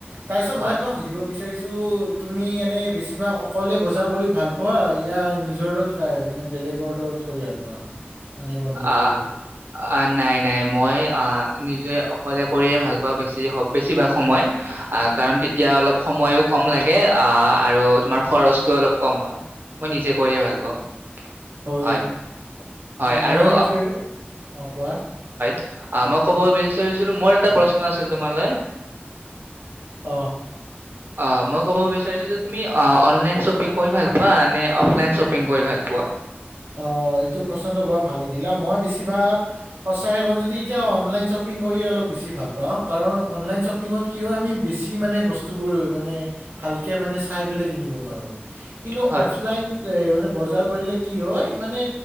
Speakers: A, on the right; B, on the right.
A: তাৰ পিছত
B: হয়
A: মই তোমাক সুধিব বিচাৰিছোঁ তো'তুমি এনে বেছিভাগ অকলে বজাৰ কৰি ভাল পোৱা য়া নিজৰ লগত কৈ মানে বেলেগৰ লগত কৰি ভাল পোৱা? মানে বন্ধুবোৰৰ
B: অ',
A: লগত
B: অ' নাই-নাই মই অ'। নিজে অকলে কৰিয়ে ভাল পাওঁ বেছি, বেছিভাগ সময় অ', কাৰণ তেতিয়া অলপ সময়ো কম লাগে অ', আৰু তোমাৰ খৰচটো অলপ কম হয়, মই নিজে কৰি ভাল পাওঁ।
A: অই?
B: হয় হয়
A: মইও
B: আৰু
A: তো অ', কোৱা।
B: অ', মই কব বিচাৰিছিলো মোৰ এটা প্ৰশ্ন আছিল তোমালে।
A: অ'।
B: অ', মই কব বিচাৰিছিলো তুমি অ', অনলাইন শ্বপিং কৰি ভাল পোৱা নে অফলাইন শ্বপিং কৰি ভাল পোৱা।
A: অ', এইটো প্ৰশ্নটো বৰ ভাল সুধিলা, মই বেছিভাগ সঁচাই কম যদি এতিয়া অনলাইন শ্বপিং কৰি অলপ বেছি ভাল পাও কাৰণ অনলাইন শ্বপিংত কি হয় আমি বেছি মানে বস্তুবোৰ মানে ভালকে মানে চাই পেলাই কিনিব পাৰো। কিন্তু
B: হয়
A: অফলাইন এ মানে বজাৰ কৰিলে কি হয়, মানে